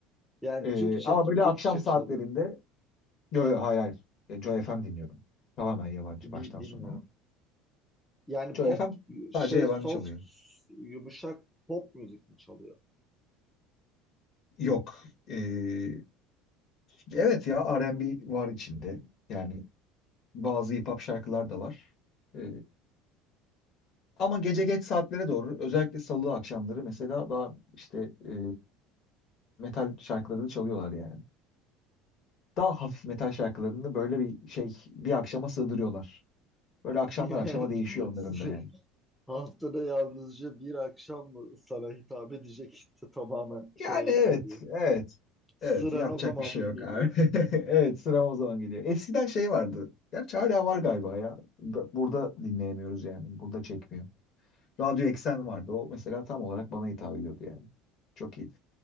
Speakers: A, in the centre; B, on the left.
A: Yani
B: E,
A: Türkçe
B: ama böyle
A: Türkçe
B: akşam saatlerinde
A: çalıyor.
B: yo yo hayır hayır. E, Joy FM dinliyorum. Tamamen yabancı
A: Bi-
B: baştan
A: bilmiyorum.
B: sona.
A: Yani
B: Joy
A: pop
B: FM
A: şey
B: sadece yabancı
A: soft
B: çalıyor.
A: yumuşak pop müzik mi çalıyor?
B: Yok. E, evet ya R&B var içinde. Yani bazı hip hop şarkılar da var. E, ama gece geç saatlere doğru özellikle salı akşamları mesela daha işte e, metal şarkıları da çalıyorlar yani. daha hafif metal şarkılarını böyle bir şey bir akşama sığdırıyorlar. Böyle akşamdan
A: <laughs>
B: akşama değişiyor onların da yani.
A: Haftada yalnızca bir akşam mı sana hitap edecek <laughs> işte tamamen şeye
B: Yani evet,
A: geliyor.
B: evet.
A: Sıran
B: Evet, yapacak
A: o zaman
B: bir şey
A: mı
B: yok
A: geliyor?
B: abi. <laughs> Evet, sıram o zaman geliyor. Eskiden şey vardı. Gerçi hala var galiba ya. Bu- Burada dinleyemiyoruz yani. Burada çekmiyor. Radyo Eksen vardı. O mesela tam olarak bana hitap ediyordu yani. Çok iyiydi.